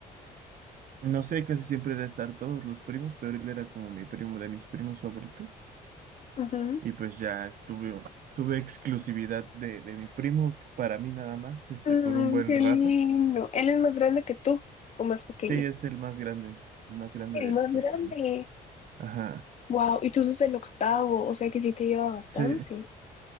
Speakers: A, on the right; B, on the left.
A: no sé, casi siempre era estar todos los primos, pero él era como mi primo de mis primos favoritos.
B: Ujú.
A: Y pues ya estuve, tuve exclusividad de, de mi primo para mí nada más, este,
B: Mm,
A: por un buen
B: qué
A: rato.
B: lindo. ¿Él es más grande que tú o más pequeño?
A: Sí, es el más grande, el más grande
B: El
A: de
B: más
A: los
B: grande.
A: primos. Ajá.
B: Wow, y tú sos el octavo, o sea que sí te lleva bastante.
A: Sí.